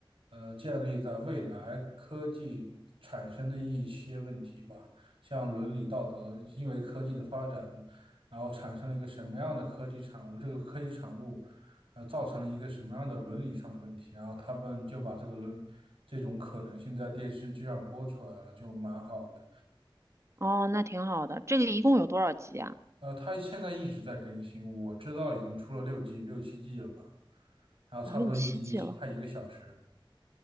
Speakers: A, on the right (about 80°); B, on the right (about 30°).
A: 呃建立在未来科技产生的一些问题吧，像伦理道德，因为科技的发展，然后产生了一个什么样的科技产物，这个科技产物呃造成了一个什么样的伦理上的问题，然后他们就把这个伦这种可能性在电视剧上播出来了，就蛮好的。
B: 哦，那挺好的。这个一共有多少集啊？
A: 呃，它现在一直在更新，我知道已经出了六季、六七季了吧，然后差不多一嗯集快一个小时，
B: 哦，六七季了。